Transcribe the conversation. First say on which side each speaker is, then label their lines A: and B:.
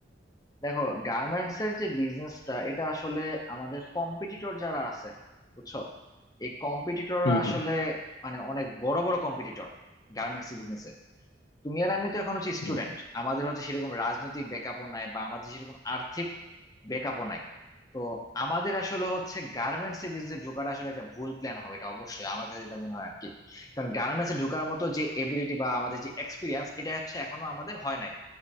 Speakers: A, on the left; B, on the left.
A: দেখো গার্মেন্টস এর যে বিজনেসটা এটা আসলে আমাদের কম্পিটিটর যারা আছে বুঝছো এই কম্পিটিটররা
B: হুম
A: আসলে
B: হুম
A: মানে অনেক বড় বড় কম্পিটিটর গার্মেন্টস বিজনেস তুমি আর আমি তো এখন হচ্ছে স্টুডেন্ট
B: হুম
A: আমাদের হচ্ছে সেরকম রাজনৈতিক ব্যাকআপও নাই বা আমাদের সেরকম আর্থিক ব্যাকআপও নাই তো আমাদের আসলে হচ্ছে গার্মেন্টস এর বিজনেসে ঢোকাটা আসলে একটা ভুল প্ল্যান হবে এটা অবশ্যই আমার কাছে যেটা মনে হয় আর কি কারণ গার্মেন্টস এ ঢোকার মতো যে এবিলিটি বা আমাদের যে এক্সপিরিয়েন্স এটা হচ্ছে এখনো আমাদের হয় নাই